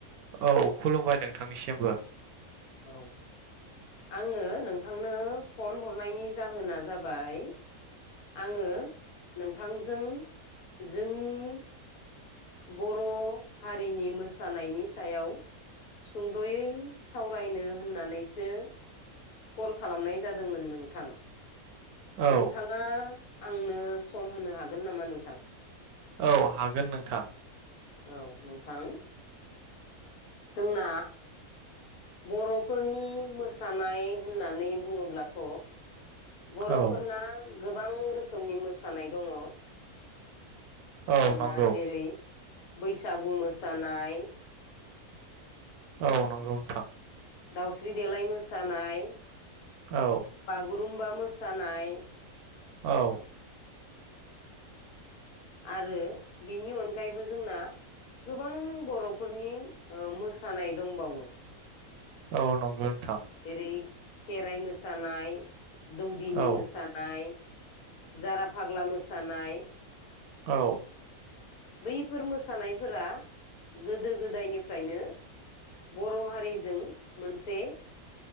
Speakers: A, on the right (about 85°); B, on the left (about 75°).
A: औ खुलुमबाय नोंथांनिसिमबो
B: औ आङो नोंथांनो फन हरनायनि जाहोना जाबाय आङो नोंथां जों जोंनि बर' हारिनि मोसानायनि सायाव सुंद'यै सावरायनो होननानैसो कल खालामनाय जादोंमोन नोंथां
A: औ
B: नोंथाङा आंनो सम होनो हागोन नामा नोंथां
A: औ हागोन नोंथां
B: औ नोंथां जोंना बर'फोरनि मोसानाय होननानै बुङोब्लाथ' बर'फोरना
A: औ
B: गोबां रोखोमनि मोसानाय दङ'
A: औ
B: जोंना
A: नंगौ
B: जेरै बैसागु मोसानाय
A: औ नंगौ नोंथां
B: दाउस्रि देलाय मोसानाय
A: औ
B: बागुरुम बा मोसानाय
A: औ
B: आरो बिनि अनगायैबो जोंना गोबां बर'फोरनि मोसानाय दंबावो
A: औ नंगौ नोंथां
B: एरै खेराइ मोसानाय दौदिनि
A: औ
B: मोसानाय जारा फाग्ला मोसानाय
A: औ
B: बैफोर मोसानायफोरा गोदो गोदायनिफ्रायनो बर' हारिजों मोनसे